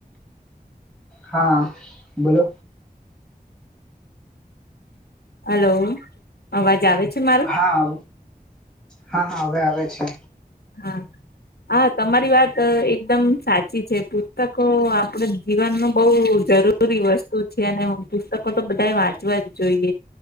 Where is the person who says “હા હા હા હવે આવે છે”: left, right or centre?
Centre